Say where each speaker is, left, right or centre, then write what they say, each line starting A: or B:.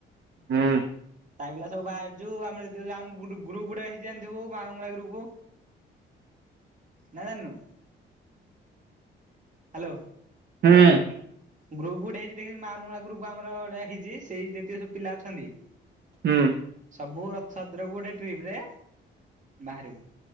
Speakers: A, on the right (about 55°); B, on the right (about 40°).
A: ହୁଁ।
B: ସାଇ ପିଲା ସବୁହାରିଚୁ ଆମେ ଗ୍ରୁପ ଗୋଟେ ହେଇଥିବୁ ମା ବା ମଙ୍ଗଳା ଗ୍ରୁପ। ଜାଣିନୁ ହ୍ୟାଲୋ।
A: <unintelligible>
B: ଗ୍ରୁପ ଗୋଟେ ହେଇଛି <unintelligible> ଦେଖି ମା ମଙ୍ଗଳା ଗ୍ରୁପ୍ ଆମର ଗୋଟେ ହେଇଛି ସେଇ ଯେତିକି ସବୁ ପିଲା ଅଛନ୍ତି
A: ହୁଁ।
B: ସବୁ ରଥଯାତ୍ର କୁ ଗୋଟେ ଟ୍ରିପ ରେ ବାହାରିବୁ।